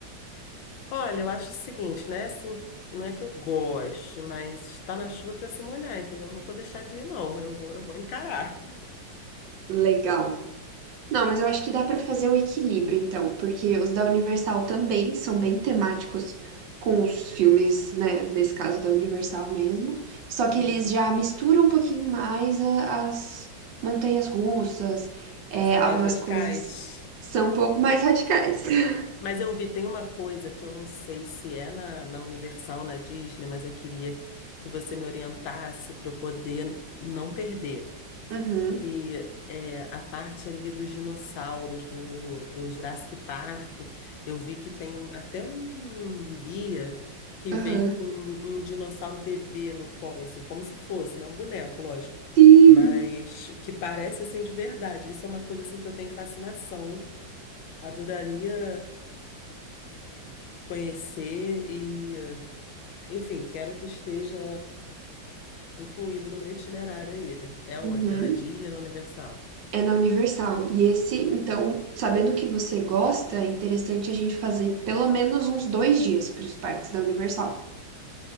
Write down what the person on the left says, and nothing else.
Olha, eu acho o seguinte, né? Assim, não é que eu goste, mas está na chuva para se molhar, entendeu? Não vou deixar de ir, não. Eu vou, eu vou encarar.
Uhum.
São
mais radicais?
Mas eu vi, tem uma coisa que eu não sei se é na, na Universal, na Disney, mas eu queria que você me orientasse para eu poder não perder.
Que é a parte ali dos dinossauros do, do Jurassic Park. Eu vi que tem até um guia que
vem com um dinossauro bebê no colo, assim, como se fosse, né? Um boneco, lógico.
Mas que parece assim de verdade. Isso é uma coisa assim que eu tenho fascinação. Adoraria conhecer e, eh, enfim, quero que esteja incluído no meu itinerário aí. É onde?
É na Disney, na Universal?